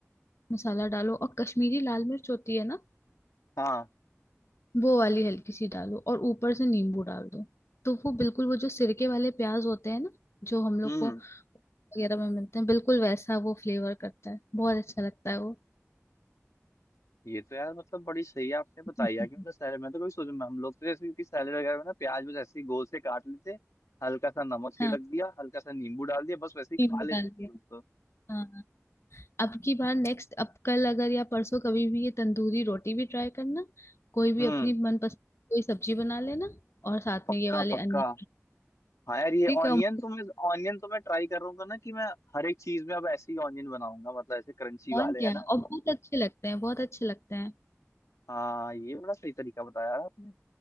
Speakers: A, on the left; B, on the left.
A: मसाला डालो और कश्मीरी लाल मिर्च होती है ना
B: हाँ
A: वो वाली हल्की सी डालो और ऊपर से नींबू डाल दो तो वो बिल्कुल वो जो सिरके वाले प्याज होते हैं ना जो हम लोग
B: हम्म
A: को वगैरह में मिलते हैं बिल्कुल वैसा वो फ्लेवर करता है बहुत अच्छा लगता है वो
B: ये तो यार मतलब बड़ी सही है आपने बताई
A: <laughs>
B: यार कि मतलब सैलड में तो कोई सोच हम लोग तो जैसे कि सैलड वगैरह में ना प्याज बस ऐसे ही गोल से काट लेते हल्का सा नमक छिड़क
A: हाँ
B: दिया हल्का सा नींबू डाल दिया बस वैसे ही
A: नींबू
B: खा लेते
A: डाल
B: हैं
A: दिया
B: हम लोग तो
A: हाँ हाँ। अब की बार नेक्स्ट अब कल अगर या परसों कभी भी ये तंदूरी रोटी भी ट्राई करना कोई भी
B: हम्म
A: अपनी मनपसंद कोई सब्जी बना लेना और साथ
B: पक्का
A: में ये वाले
B: पक्का
A: अन्य
B: हाँ यार ये
A: ठीक
B: ऑनियन
A: है और
B: तो मैं ऑनियन तो मैं ट्राई कर रहा हूँ ना कि मैं हर एक चीज में अब ऐसे ही ऑनियन बनाऊंगा मतलब ऐसे क्रंची
A: और
B: वाले
A: क्या
B: है ना
A: और बहुत अच्छे लगते हैं बहुत अच्छे लगते हैं
B: हाँ ये बड़ा सही तरीका बताया यार आपने